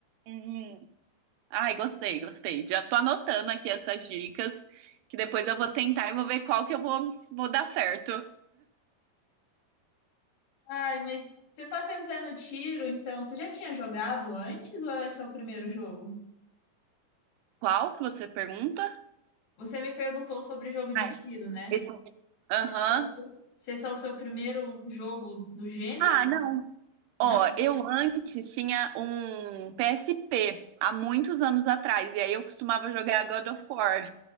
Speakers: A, on the right; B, on the left.
A: Hum. Ai, gostei, gostei. Já tô anotando aqui essas dicas, que depois eu vou tentar e vou ver qual que eu vou, vou dar certo.
B: Ai, mas você tá tentando tiro, então? Você já tinha jogado antes ou esse é o primeiro jogo?
A: Qual que você pergunta?
B: Você me perguntou sobre jogo de
A: Ai,
B: tiro, né?
A: esse. Aham.
B: Se esse é o seu se esse é o seu primeiro jogo do gênero?
A: Ah, não.
B: Não?
A: Ó, eu antes tinha um PSP há muitos anos atrás, e aí eu costumava jogar God of War